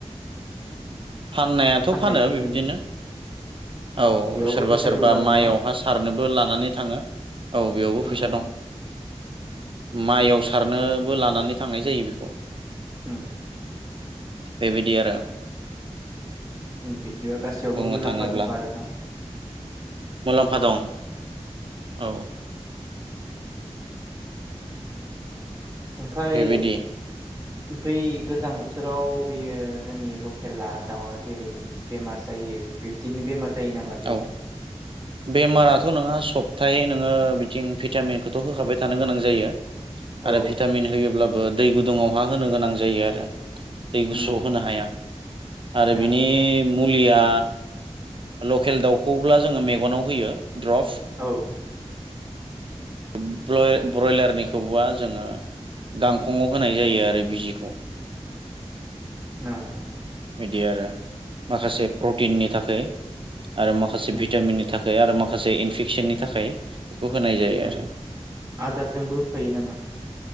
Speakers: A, on the right (about 50°); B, on the right (about 30°).
A: फाननायाथ'
B: फाननायखौ
A: फानो बिबदिनो
B: नुयो उम
A: औ
B: बेयावबो
A: सोरबा
B: फैसा
A: सोरबा
B: दङ आरो
A: माइयावहा
B: न'
A: सारनोबो लानानै थाङो। औ बेयावबो
B: उम
A: फैसा दं माइआव
B: उम
A: सारनोबो लानानै थांनाय जायो बेखौ
B: हा
A: बेबायदि आरो
B: बिदिआ गासैयावबो
A: बुंनो
B: मुलाम्फा
A: थाङोब्ला
B: दं आरो ना, ।
A: मुलाम्फा दं औ
B: ओमफफ्राय
A: बेबायदि
B: बै गोजां बोथोराव बेयो जोंनि लकेला दाउआ जेरै बेमार जायो बिब्दिनो बेमार जायो नामा बेबो
A: औ बेमाराथ' नोंहा सब हपथायै नोङो बिथिं भिटामिनखौथ' होखाबाय थानो गोनां जायो
B: औ
A: आरो भिटामिन होयोब्ला। बा दै गुदुुङावहा होनो गोनां जायो आरो। दै गुसु
B: उम
A: होनो हाया आरो
B: ओ
A: बिनि मुलिया लकेल दाउखौब्ला जोङो मेगनाव होयो द्रप
B: औ
A: ब्रयलारनिखौबा जोङो गांखंआव होनाय जायो आरो बिजिखौ
B: <inaudible>
A: बिदि आरो माखासे प्रटिननि थाखाय
B: <inaudible>
A: आरो माखासे
B: उम
A: भिटामिननि थाखाय आरो माखासे इनफेकसननि थाखाय बेखौ होनाय जायो
B: उम
A: आरो
B: आदारजोंबो होफायो नामा?